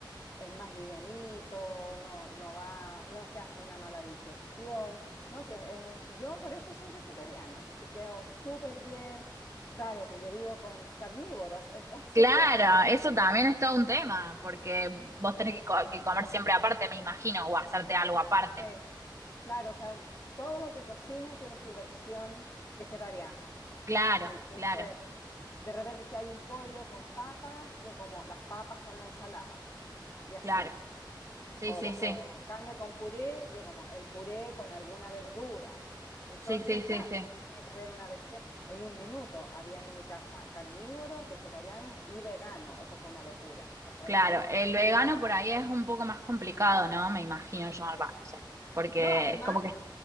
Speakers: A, on the left; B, on the right.
A: Es más livianito, no, no va, no te hace una mala digestión. No, sí, es- es- yo por eso soy vegetariana, pues sí quedo súper bien. Claro que yo vivo con carnívoros, <laughs> entonces,
B: Claro,
A: tengo
B: eso
A: que-
B: también es todo un tema, porque
A: sí,
B: vos tenés que, co- que comer siempre aparte, me imagino, o hacerte algo aparte.
A: sí. Claro, o sea, todo lo que cocino tiene su versión vegetariana.
B: Claro,
A: Entonces,
B: claro,
A: de repente si hay un pollo con papas, yo como las papas con la ensalada y así.
B: claro. Sí,
A: O,
B: sí,
A: o
B: sí.
A: carne con puré, yo como el puré con alguna verdura. Entonces,
B: Sí, sí, sí,
A: claro,
B: sí.
A: tiene que haber una versión. En un minuto habían en mi casa carnívoros, vegetarianos y veganos. Eso fue una locura. O sea,
B: Claro,
A: dije, no,
B: el vegano
A: nada más.
B: por ahí es un poco más complicado, ¿no? Me imagino yo, va,
A: Sí.
B: no sé. Porque
A: No, además,
B: es como que,